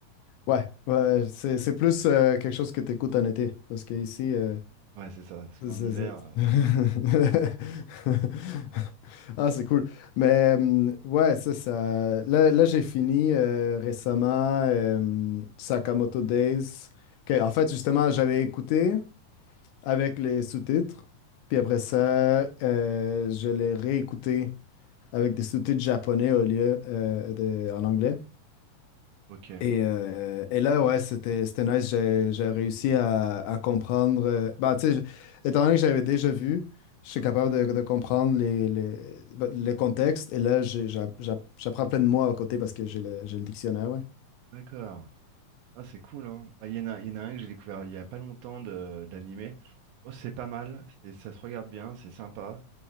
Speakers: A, on the left; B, on the right.
A: Ouais, ouais, c'est c'est plus euh, quelque chose que tu écoutes en été, parce que ici, euh,
B: Ouais, c'est ça, parce qu'en
A: C'est-
B: hiver,
A: c'est- <laughs>
B: euh, <laughs>
A: Ah, c'est cool. Mais hum, ouais, ça, ça. Là, là, j'ai fini euh, récemment euh, Sakamoto Days. que, en fait, justement, j'avais écouté avec les sous-titres. Puis après ça, euh, je l'ai réécouté avec des sous-titres japonais au lieu euh, de- en anglais.
B: ok,
A: Et, euh, et là, ouais, c'était, c'était nice. J'ai, j'ai réussi à, à comprendre. euh, bah, tu sais, je- étant donné que j'avais déjà vu, je suis capable de, de comprendre les, les, bah, le contexte. Et là, j'ai- j'a- j'a- j'apprends plein de mots à côté parce que j'ai le, j'ai le dictionnaire, ouais.
B: d'accord. Ah, c'est cool, hein. Bah, il y en a, il y en a un que j'ai découvert il y a pas longtemps de- d'animé. Oh, c'est pas mal, c'est, ça se regarde bien, c'est sympa.